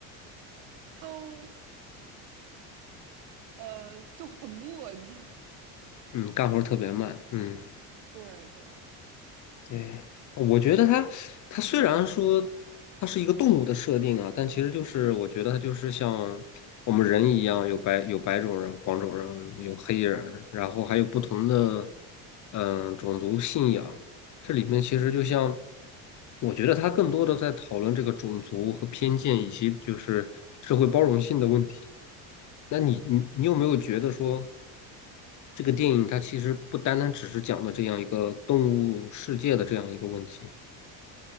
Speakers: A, on the right; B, on the left.
A: <laughs> 都呃就很磨叽，
B: 嗯，干活儿特别慢，嗯，
A: <laughs> 对对，
B: 对，我觉得它它虽然说它是一个动物的设定啊，但其实就是我觉得它就是像我们人一样，有白有白种人、黄种人，有黑人，然后还有不同的嗯、呃种族信仰，这里面其实就像，我觉得他更多的在讨论这个种族和偏见，以及就是社会包容性的问题。那你你你有没有觉得说，这个电影它其实不单单只是讲的这样一个动物世界的这样一个问题？